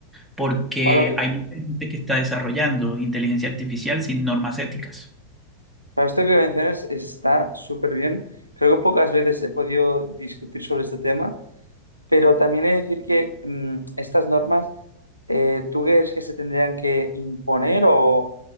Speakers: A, in the centre; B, on the left (about 85°).
A: porque
B: Bueno,
A: hay mucha gente que está desarrollando inteligencia artificial sin normas éticas.
B: Para esto que mencionas está súper bien. Creo que pocas veces he podido discutir sobre este tema, pero también he de decir que mm, estas normas, eh, ¿tú crees que se tendrían que imponer o,